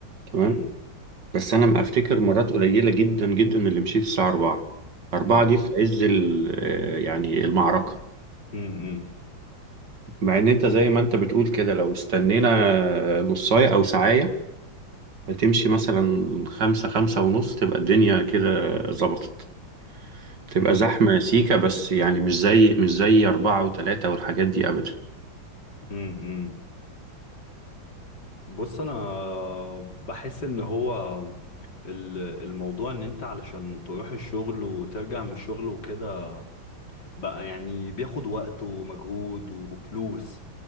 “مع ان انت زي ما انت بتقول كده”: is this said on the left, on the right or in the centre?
Right